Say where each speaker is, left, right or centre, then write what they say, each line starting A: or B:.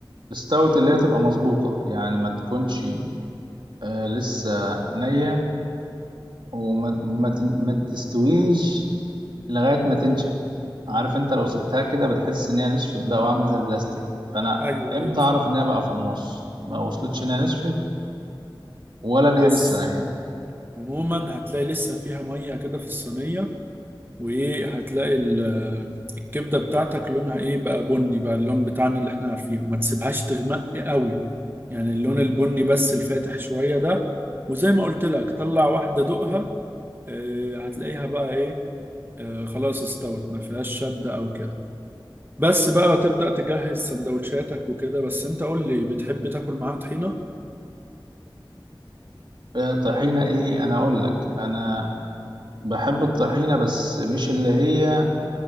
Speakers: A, on the right (about 65°); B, on the right (about 25°).
A: استوت اللي هي تبقى مظبوطة يعني ما تكونش آه لسه نية وما ما, تن- ما تستويش لغاية ما تنشف عارف انت لو سبتها كده بتحس ان هي نشفت بقى وعاملة زي البلاستيك فانا
B: أيوه
A: امتى
B: أيوه فاهم
A: اعرف ان هي بقى في النص ما وصلتش ان هي نشفت ولا ان
B: بص
A: هي لسه نية
B: عموما هتلاقي لسه فيها ميه كده في الصينيه وايه هتلاقي ال- الكبده بتاعتك لونها ايه بقى بني بقى اللون بتاعنا اللي احنا عارفينه ما تسيبهاش تغمق قوي يعني اللون البني بس الفاتح شويه ده وزي ما قلت لك طلع واحده دقها آه، هتلاقيها بقى ايه آه، خلاص استوت ما فيهاش شد او كده بس بقى تبدأ تجهز سندوتشاتك وكده بس انت قول لي بتحب تاكل معاها طحينة
A: آه، طحينة ايه انا اقول لك انا بحب الطحينة بس مش اللي هي